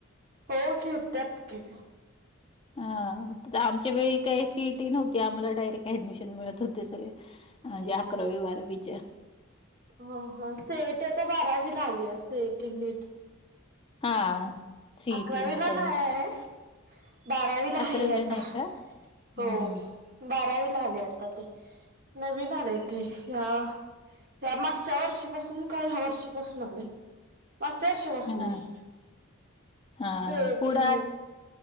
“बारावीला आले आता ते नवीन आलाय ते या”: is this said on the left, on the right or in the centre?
Right